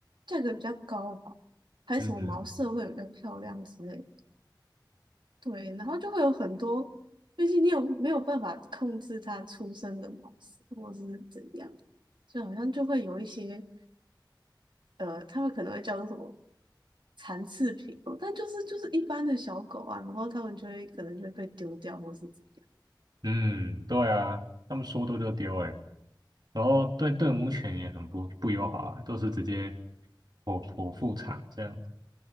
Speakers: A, on the right; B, on the right.
A: 价格比较高吧，还有什么毛色会比较漂亮之类的
B: 嗯
A: 对，然后就会有很多，毕竟你有没有办法控制它出生的模式，或是怎样，所以好像就会有一些呃，他们可能会叫做什么残次品哦，但就是就是一般的小狗啊，然后他们就会可能就会被丢掉或是怎样。
B: 嗯，对啊，他们说丢就丢哎、欸然后对对母犬也很不不友好啊，都是直接剖剖腹产这样。